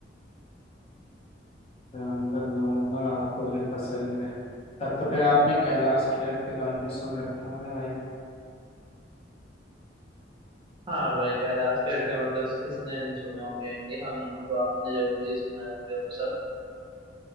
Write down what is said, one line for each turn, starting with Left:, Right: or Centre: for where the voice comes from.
Left: तो मतलब नॉर्मल आपको भी पसंद है तब तो फिर आपने कैलाश खेर के गाने सुन रखे होंगे भाई
Right: हाँ भाई कैलाश खेर के मतलब किसने नहीं सुने होंगे इंडिया में हो तो आपने जरूर ही सुने होंगे वो सब